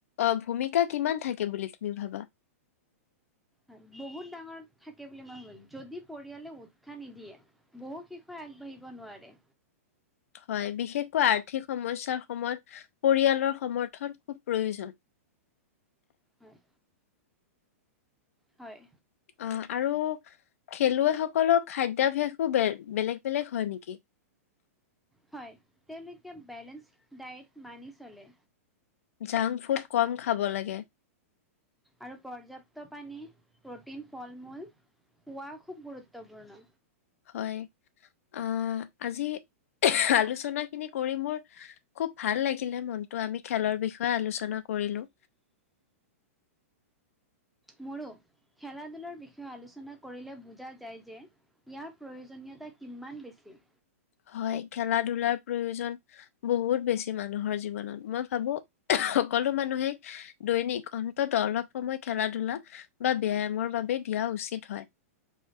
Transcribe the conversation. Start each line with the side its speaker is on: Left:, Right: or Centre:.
Left: অ', ভূমিকা কিমান থাকে বুলি তুমি ভাবা?
Centre: হয়, বহুত ডাঙৰ থাকে বুলি মই <unintelligible> যদি পৰিয়ালে উৎসাহ নিদিয়ে। বহু শিশুৱে আগবাঢ়িব নোৱাৰে।
Left: হয়, বিশেষকৈ আৰ্থিক সমস্যাৰ সময়ত পৰিয়ালৰ সমৰ্থন খুব প্ৰয়োজন।
Centre: হয়। হয়।
Left: অ', আৰু খেলুৱৈসকলৰ খাদ্যাভ্যাসো বে-বেলেগ বেলেগ হয় নেকি?
Centre: হয়, তেওঁলোকে বেলেঞ্চ ডায়েট মানি চলে।
Left: জাংক ফুড কম খাব লাগে।
Centre: আৰু পৰ্যাপ্ত পানী, প্ৰটিন, ফল-মূল খোৱা খুব গুৰুত্বপূৰ্ণ।
Left: হয়, আ, আজি আলোচনা খিনি কৰি মোৰ খুব ভাল লাগিলে মনটো, আমি খেলৰ বিষয়ে আলোচনা কৰিলোঁ।
Centre: মোৰো, খেলা ধূলাৰ বিষয়ে আলোচনা কৰিলে বুজা যায় যে ইয়াৰ প্ৰয়োজনীয়তা কিমান বেছি?
Left: হয়, খেলা ধুলাৰ প্ৰয়োজন। বহুত বেছি মানুহৰ জীৱনত, মই ভাবো সকলো মানুহেই- দৈনিক অন্তত অলপ সময় খেলা ধূলা বা ব্যয়ামৰ বাবে দিয়া উচিত হয়।